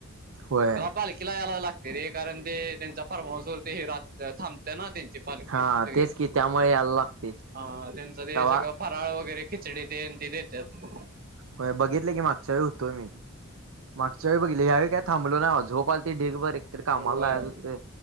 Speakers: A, on the right; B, on the right.
A: होय
B: त्याला पालखी पालखीलां यांयला लागंत रे कारणं ते त्यांचा फार्म हाऊस वरती हे राहते थांबत नां त्यांचे. पालखी
A: हा
B: असतें
A: तेच की त्यामुळे
B: हां
A: यायला लागते.
B: त्यांचे ते
A: तवा
B: सगळं. फरांळ वगैरें खिचडी तेन ते देतांत.
A: होय बघितल की मागच्यां वेळी होतो मी. मागच्यां वेळी बघितली यांवेळी कायं थांबल नां झोपा आल ती ढीग भर. तर कामांला
B: होय
A: जायंच होते